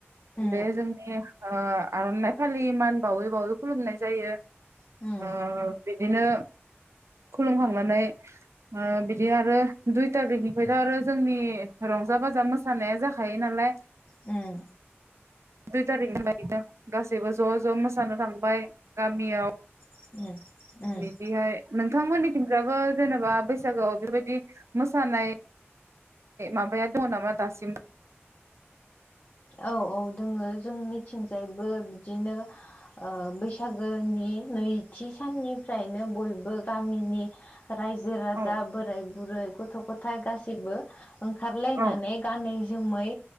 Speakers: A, on the left (about 45°); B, on the right (about 85°).
A: उम
B: बे जोंनि ओ आरनाइ फालि मान बावै बावै खुलुमनाय जायो
A: उम
B: ओ बिदिनो खुलुमखांनानै ओ बिदि आरो दुइ थारिखनिफ्रायथा आरो जोंनि रंजा बाजा मोसानाया जाखायो नालाय
A: उम
B: दुइ थारिखनि बायैनो गासैबो ज' ज' मोसानो थांबाय गामियाव
A: उम उम
B: बिदिहाय नोंथांमोननि थिंजाबो जेनेबा बैसागोआव बेफोरबायदि मोसानाय माबाया दङ नामा दासिम?
A: औ औ दोङो जोंनिथिंजायबो बिदिनो ओ बैसागोनि नैथि साननिफ्रायनो बयबो गामिनि रायजो राजा
B: औ
A: बोराय बुरै गथ' गथाय गासिबो ओंखारलायनानै
B: औ
A: गानै जमै